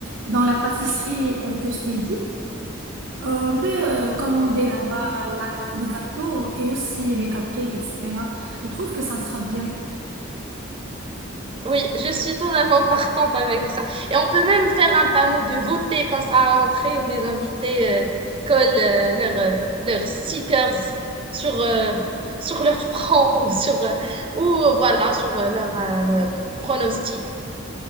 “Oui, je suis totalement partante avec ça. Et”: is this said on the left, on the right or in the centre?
Right